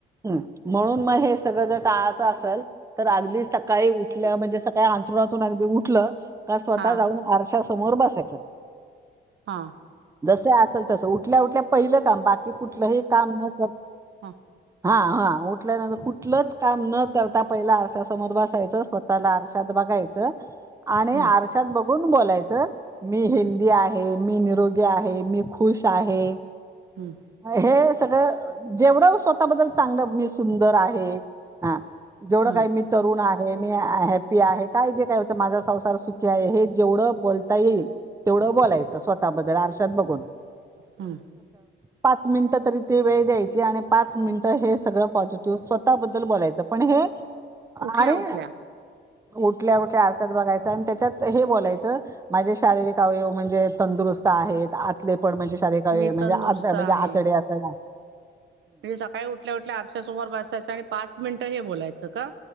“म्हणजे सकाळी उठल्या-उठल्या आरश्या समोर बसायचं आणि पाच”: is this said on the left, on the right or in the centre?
Right